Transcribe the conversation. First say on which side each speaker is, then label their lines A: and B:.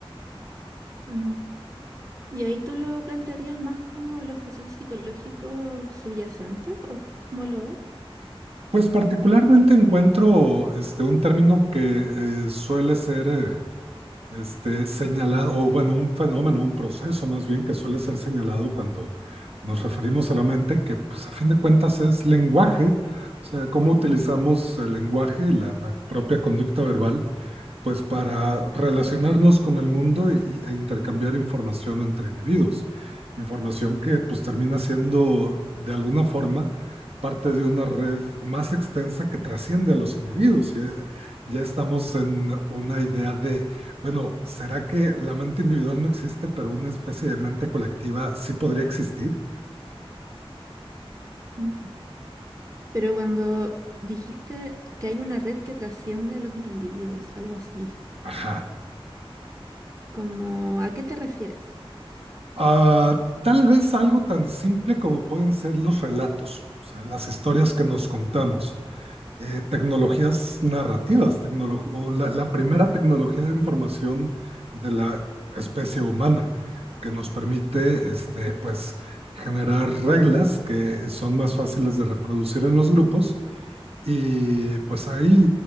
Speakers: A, on the right (about 35°); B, on the right (about 80°).
A: Ujú. ¿Y ahí tú lo plantearías más como los procesos psicológicos subyacentes o cómo lo ves?
B: Pues particularmente encuentro este, un término que eh, suele ser eh, este, señalado, o bueno, un fenómeno, un proceso más bien que suele ser señalado cuando nos referimos a la mente, que pues a fin de cuentas es lenguaje, o sea, cómo utilizamos el lenguaje y la, la propia conducta verbal pues para relacionarnos con el mundo y- e intercambiar información entre individuos. Información que pues termina siendo de alguna forma parte de una red más extensa que trasciende a los individuos. Y, eh, ya estamos en una idea de, bueno, ¿será que la mente individual no existe, pero una especie de mente colectiva sí podría existir?
A: Ujú. Pero cuando dijiste que hay una red que trasciende a los individuos, algo así,
B: Ajá.
A: como, ¿a qué te refieres?
B: Ah, tal vez algo tan simple como pueden ser los relatos, o sea, las historias que nos contamos eh, tecnologías narrativas, tecnolo o la, la, primera tecnología de información de la especie humana, que nos permite este, pues, generar reglas que son más fáciles de reproducir en los grupos. Y pues hay